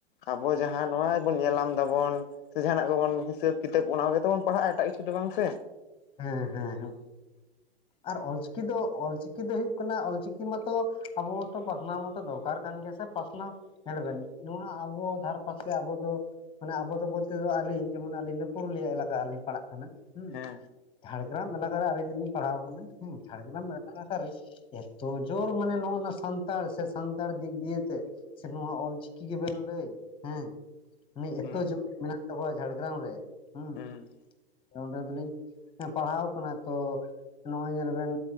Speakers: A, on the left; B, on the left.
A: ᱟᱵᱚ ᱡᱟᱦᱟᱸ ᱱᱚᱣᱟ, ᱵᱚᱱ ᱧᱮᱞᱞᱟᱟᱢ ᱮᱫᱟᱵᱚᱱ ᱥᱮ ᱡᱟᱦᱟᱱᱟᱜ ᱜᱮᱵᱚᱱ ᱦᱤᱥᱟᱹᱵ ᱠᱤᱛᱟᱹᱵ ᱚᱱᱟ ᱠᱚᱜᱮᱵᱚᱱ ᱯᱟᱲᱦᱟᱜᱼᱟ ᱮᱴᱟᱜ ᱠᱤᱪᱷᱩ ᱫᱚ ᱵᱟᱝ ᱥᱮ
B: ᱦᱮᱸ ᱦᱮᱸ ᱦᱮᱸ ᱟᱨ ᱚᱞᱪᱤᱠᱤ ᱫᱚ ᱚᱞᱪᱤ ᱪᱤᱠᱤ ᱫᱚ ᱦᱩᱭᱩᱜ ᱠᱟᱱᱟ ᱚᱞᱪᱤᱠᱤ ᱢᱟᱛᱚ ᱟᱵᱚ ᱢᱟᱛᱚ ᱯᱟᱥᱱᱟᱣ ᱢᱟᱛᱚ ᱫᱚᱨᱠᱟᱨ ᱠᱟᱱ ᱜᱮᱭᱟ ᱥᱮ ᱯᱟᱥᱱᱟᱣ᱾ ᱧᱮᱞᱸᱵᱱ ᱱᱚᱣᱟ ᱟᱵᱚ ᱫᱷᱟᱨ ᱯᱟᱥᱮ ᱟᱵᱚ ᱫᱚ ᱢᱟᱱᱮ ᱟᱵᱚ ᱫᱚ ᱵᱚᱞᱛᱮ ᱫᱚ ᱟᱹᱞᱤᱧ ᱡᱮᱢᱚᱱ ᱟᱹᱞᱤᱧ ᱫᱚ ᱯᱩᱨᱩᱞᱤᱭᱟᱹ ᱮᱞᱟᱠᱟ ᱞᱞᱤᱧ ᱯᱟᱲᱟᱜ ᱠᱟᱱᱟ᱾ ᱦᱸ
A: ᱦᱮᱸ
B: ᱡᱷᱟᱲᱜᱨᱟᱢ ᱮᱞᱟᱠᱟᱟᱨᱮ ᱟᱞᱤᱧ ᱫᱚᱞᱤᱧ ᱯᱟᱲᱦᱟᱣ ᱟᱠᱟᱱᱟ ᱦᱮᱸ ᱡᱷᱟᱲᱜᱨᱟᱢ ᱟᱠᱟᱨᱮ ᱮᱛᱚ ᱡᱳᱨ ᱢᱟᱱᱮ ᱱᱚᱜᱚ ᱱᱣᱟ ᱥᱟᱱᱛᱟᱲ ᱥᱮ ᱥᱟᱱᱛᱟᱲ ᱫᱤᱠ ᱫᱤᱭᱮ ᱛᱮ ᱥᱮ ᱱᱚᱣᱟ ᱚᱞᱪᱤᱠᱤ ᱜᱮᱵᱮᱱ ᱞᱟᱹᱭ ᱦᱮᱸ ᱢᱤᱫ
A: ᱦᱩᱸ
B: ᱮᱛᱚ ᱡᱚᱢ ᱢᱮᱱᱟᱜ ᱛᱟᱵᱚᱣᱟ ᱡᱷᱟᱲᱜᱨᱟᱢ ᱨᱮ ᱦᱩᱸ
A: ᱦᱩᱸ
B: ᱚᱸᱰᱮ ᱫᱚᱞᱤᱧ ᱯᱟᱲᱦᱟᱣ ᱟᱠᱟᱱᱟ ᱛᱚ ᱱᱚᱜᱼᱚᱭ ᱧᱮᱞ ᱵᱮᱱ